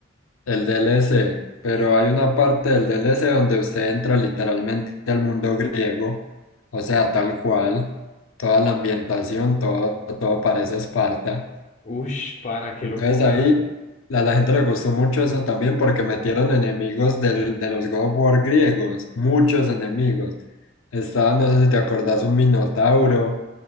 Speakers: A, on the left; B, on the left.
A: el DLC, pero hay una parte del DLC donde usted entra literalmente al mundo griego, o sea, tal cual, toda la ambientación, todo, todo parece Esparta.
B: <laughs> Ush, pana, qué
A: Entonces
B: locura.
A: ahí a la gente le gustó mucho eso también porque metieron enemigos del- de los God of War griegos, muchos enemigos. Estaba, no sé si te acordás, un minotauro.